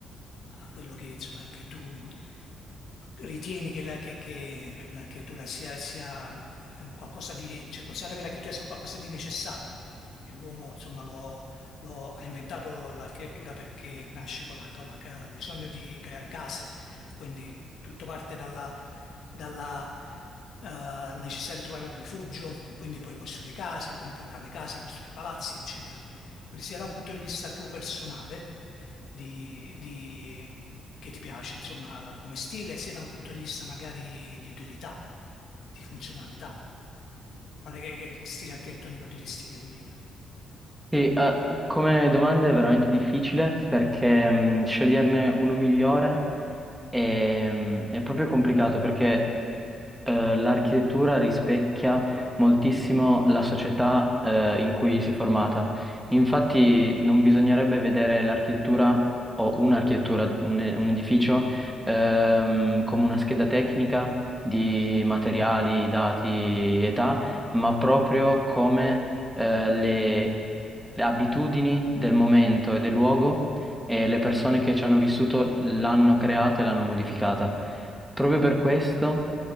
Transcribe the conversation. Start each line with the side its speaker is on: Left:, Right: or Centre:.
Left: a quello che, insomma, che tu ritieni che la, che, che la creatura sia, sia eh, un qualcosa di, cioè considerando che la creatura sia un qualcosa di necessario, che l'uomo insomma lo, lo- ha inventato l'architettura perché nasce con, la- con la- il bisogno di creare case, quindi il- tutto parte dalla, dalla eh, necessità di trovare un rifugio, e quindi poi costruire case, e quindi poi dalle case costruire palazzi, eccetera. Quindi sia da un punto di vista tuo personale, di, di- che ti piace, insomma, come stile, sia da un punto di vista magari di utilità, di funzionalità. Quale che- che stile architettonico diresti che è il migliore?
Centre: Sì, eh, come domanda è veramente difficile perché mh, sceglierne uno migliore è, mhmm, è proprio complicato perché eh, l'architettura rispecchia moltissimo la società, eh, in cui si è formata. Infatti, non bisognerebbe vedere l'architettura o un'architettura, un, un edificio, ehm, come una scheda tecnica di materiali, dati, età, ma proprio come, eh, le, le abitudini del momento e del luogo. E le persone che ci hanno vissuto l'hanno creata e l'hanno modificata. Proprio per questo.